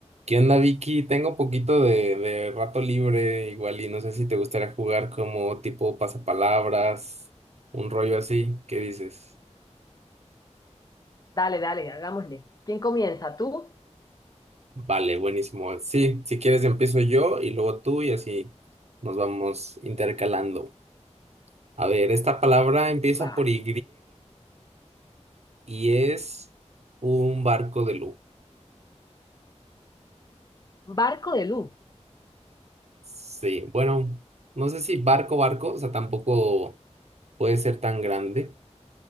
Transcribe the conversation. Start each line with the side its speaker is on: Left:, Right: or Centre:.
Right: ¿Qué onda, Vicky? Tengo un poquito de, de rato libre, igual, y no sé si te gustaría jugar como tipo pasapalabras, un rollo así. ¿Qué dices?
Left: Dale, dale, hagámosle. ¿Quién comienza? ¿Tú?
Right: Vale, buenísimo. Sí, si quieres empiezo yo y luego tú y así nos vamos intercalando. A ver, esta palabra empieza
Left: Va.
Right: por Y y es un barco de lujo.
Left: Barco de luz.
Right: Sí, bueno, no sé si barco, barco, o sea, tampoco puede ser tan grande.